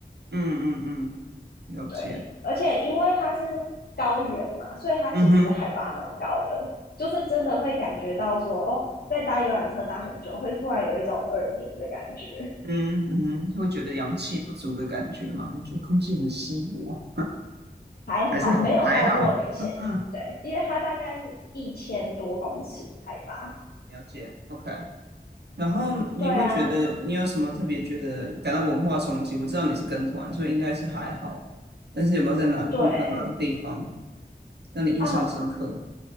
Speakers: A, on the right; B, on the left.
A: 嗯嗯嗯，了解，
B: 对，而且因为它是高原嘛，所以它其实海拔蛮高的，
A: 嗯哼。
B: 就是真的会感觉到说，哦，在搭游览车搭很久，会突然有一种耳鸣的感觉。
A: 嗯嗯哼，会觉得氧气不足的感觉吗？还是觉得空气很稀薄，
B: 还好没有到这么明显，
A: 还是还还好？<laughs>
B: 对，因为它大概是一千多公尺海拔。
A: 了解，OK。然后你会觉得你有什么特别觉得感到文化冲击？
B: 对啊，
A: 我知道你是跟团，所以应该是还好。但是有没有在哪个部分、
B: 对。
A: 哪个地方让你印象深刻？
B: 哦，